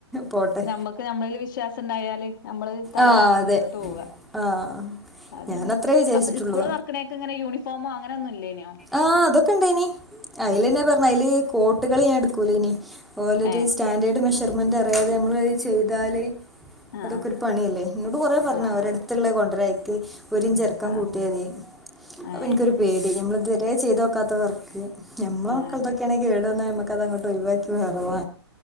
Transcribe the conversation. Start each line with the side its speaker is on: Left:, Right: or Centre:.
Centre: പോട്ടെ
Left: നമ്മക്ക് നമ്മളില് വിശ്വാസം ണ്ടായാല് നമ്മള് തളരാതെ
Centre: ആഹ് അതെ
Left: മുന്നോട്ട് പോവ
Centre: ആഹ്
Left: അതന്നെ
Centre: ഞാനത്രേ വിചാരിച്ചിട്ടുള്ളൂ
Left: അപ്പ സ്കൂള് തുറക്കണേക്ക ഇങ്ങന യൂണഫോമോങ്ങനെ ഒന്നുമില്ലേനു
Centre: ആഹ അതൊക്കെ ഇണ്ട് ഇനി അതിലെന്നെ
Left: ഉം
Centre: പറഞ്ഞ അതില് കോട്ടുകള് ഞാൻ എടുക്കൂലേ ഇനി ഓലൊരു
Left: ഏഹ്
Centre: സ്റ്റാൻഡേർഡ് മെഷർമെന്റ് അറിയാതെ നമ്മള് ചെയ്താല്
Left: ആഹ്
Centre: അതൊക്കെ ഒരു പണിയല്ലേ നിന്നോട് കൊറെേ പറഞ്ഞ
Left: ആഹ്
Centre: ഒരിടുത്തുള്ള
Left: ആഹ്
Centre: കൊണ്ടരായിക്ക് ഒരിഞ്ചിറക്കം
Left: ആഹ്
Centre: കൂട്ടിയത
Left: ആഹ്
Centre: അപ്പോൾ എനിക്കൊരു
Left: ഏഹ്
Centre: പേടി നമ്മൾ ഇതുതിരെ ചെയ്തു വോക്കാത്ത വർക്ക് മ്മള്
Left: ആഹ്
Centre: മക്കളക്കൊക്കെയ
Left: അതെ
Centre: ആണങ്ക കേടു വന്നഞമ്മക്ക അതങ്ങോ ഡ്രൈവാക്കി വേറവാ